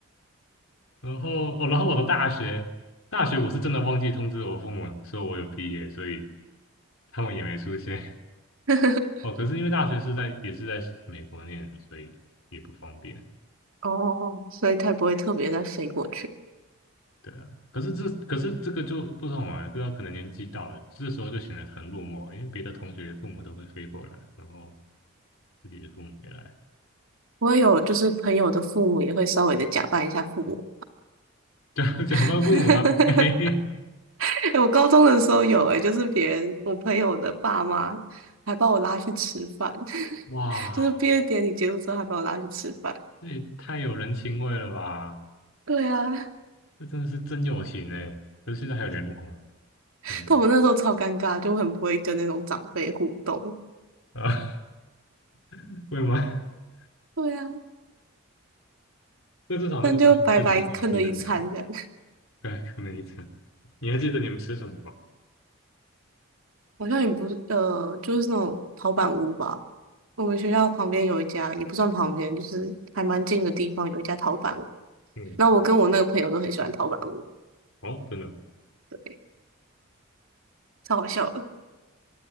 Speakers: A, on the left; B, on the right.
A: 然后哦，然后我的大学大学我是真的忘记通知我父母说我有毕业，所以他们也没出现。
B: <laughs>
A: 哦，可是因为大学是在也是在美国念的，所以也不方便。
B: 哦，所以他也不会特别再飞过去。
A: 对啊，可是这可是这个就不好玩，不知道可能年纪到了，这时候就显得很落寞，因为别的同学父母都会飞过来，然后自己的父母没来，
B: 我也有，就是朋友的父母也会稍微的假扮一下父母。
A: 假 <laughs> 假扮父母吗？
B: <laughs>
A: 没，
B: 欸我高中的时候有、诶，就是别人我朋友的爸妈还把我拉去吃饭，<laughs>
A: 哇，
B: 就是毕业典礼结束之后还把我拉去吃饭。
A: 这也太有人情味了吧！
B: 对啊，
A: 这真的是真友情哎。可是现在还有联络吗？
B: <laughs>
A: 嗯
B: 但我那时候超尴尬，就很不会跟那种长辈互动。
A: 啊，<laughs> 会吗？<laughs>
B: 对啊，
A: 那至少那个朋友是你熟悉的朋友，
B: 但就白白坑了一餐这样。
A: <laughs> 对，可能一层。你还记得你们吃什么吗？
B: <laughs> 好像也不是，呃，就是那种陶板屋吧。我们学校旁边有一家，也不算旁边，就是还蛮近的地方，有一家陶板
A: 嗯，
B: 那我跟我那个朋友都很喜欢陶板屋，
A: 嗯哦，真的哦。
B: 对，超好笑的。